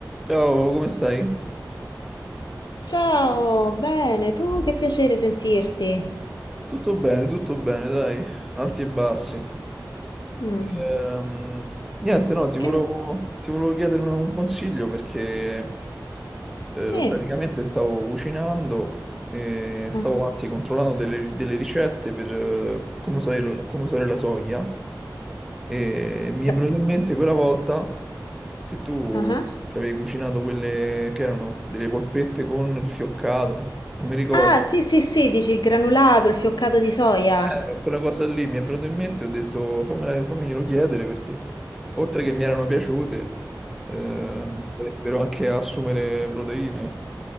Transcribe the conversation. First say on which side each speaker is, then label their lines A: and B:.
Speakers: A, in the centre; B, on the left (about 75°).
A: Ciao, come stai?
B: Ciao, bene, tu che piacere sentirti.
A: Tutto bene, tutto bene, dai, alti e bassi.
B: Mm,
A: Ehm, niente, no, ti
B: che...
A: volevo, ti volevo chiedere un, un consiglio perché eh,
B: Sì.
A: praticamente stavo cucinando e stavo
B: Ah,
A: anzi controllando delle, delle ricette per eh, come usare, come usare la soia e mi è
B: da-
A: venuto in mente quella volta che tu
B: ah.
A: ci avevi cucinato quelle che erano delle polpette con il fioccato, non mi ricordo.
B: Ah, sì, sì, sì, dici il granulato, il fioccato di soia.
A: Eh, Quella cosa lì mi è venuta in mente, ho detto fammela, fammiglielo chiedere perché oltre che mi erano piaciute, eh, mi potrebbero anche assumere proteine.